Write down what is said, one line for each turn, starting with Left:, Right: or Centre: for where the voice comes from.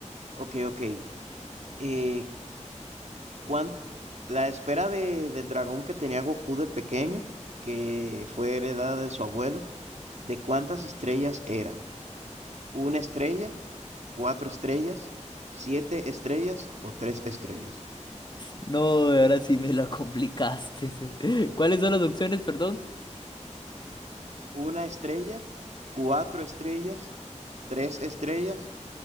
Right: Ok, ok. Eh, One, la esfera de, del dragón que tenía Goku de pequeño, que fue heredada de su abuelo, ¿de cuántas estrellas era? ¿Una estrella? ¿Cuatro estrellas? ¿Siete estrellas o tres estrellas?
Left: No, ahora sí me la complicaste. <laughs> ¿Cuáles son las opciones, perdón?
Right: ¿Una estrella? ¿Cuatro estrellas? ¿Tres estrellas